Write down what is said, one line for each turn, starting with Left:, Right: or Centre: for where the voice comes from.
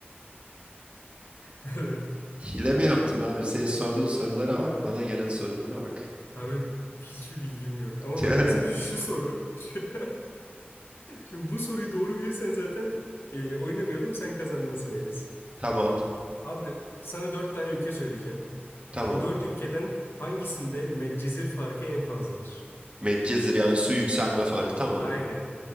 Left: <laughs> Evet.
Right: Hile mi yaptın abi? Senin sorduğun sorulara bak. Bana gelen sorulara bak.
Left: Abi hiçbir bilgim yok. Ama
Right: <laughs>
Left: bak mesela şu soru. <laughs> Şimdi bu soruyu doğru bilirsen zaten e, oynamayalım sen kazandın sayarız.
Right: Tamam.
Left: Abi sana dört tane ülke söyleyeceğim.
Right: Tamam.
Left: Bu dört ülkeden hangisinde medcezir farkı en fazladır?
Right: Medcezir yani su yükselme farkı. Tamam.
Left: Aynen.